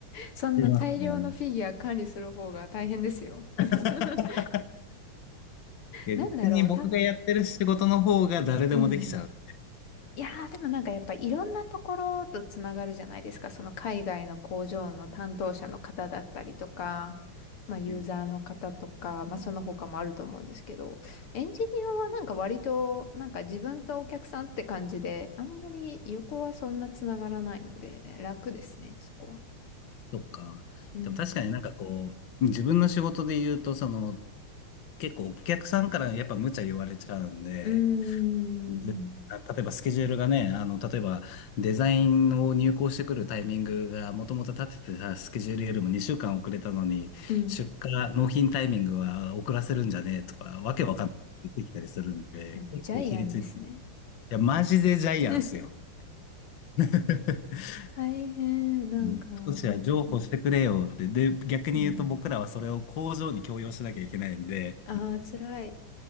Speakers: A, on the left; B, on the left.
A: そんな大量のフィギュア管理する方が大変ですよ。
B: てますね。
A: <laughs>
B: <laughs> いや、
A: なんだろう、
B: 逆に僕がやってる仕事の方が誰でもできちゃう。
A: た、うん。いやー、でもなんかやっぱいろんなところとつながるじゃないですか。その海外の工場の担当者の方だったりとか、まあユーザーの方とか、
B: うん
A: まあその他もあると思うんですけど、エンジニアはなんか割となんか自分とお客さんって感じで、あんまり横はそんなつながらないので楽ですね、そこは。
B: そっか。
A: うん。
B: でも確かになんかこう、自分の仕事で言うと、その、結構お客さんからやっぱ無茶言われちゃうんで、
A: うーん。
B: ぜあ例えばスケジュールがね、あの、例えばデザインを入稿してくるタイミングがもともと立ててたスケジュールよりも2週間遅れたのに、
A: うん。
B: 出荷、納品タイミングは遅らせるんじゃねえとか、わけわかんないこと言ってきたりするんで、
A: もうジャイアンですね。
B: 結構ひりついてる。いや、マジでジャイアンスよ。
A: <laughs>
B: <laughs>
A: 大変、なんか、
B: うん、
A: 本当
B: 少しは譲歩してくれよって。で、逆に言うと僕らはそれを工場に強要しなきゃいけないんで、
A: うん。ああ、辛い。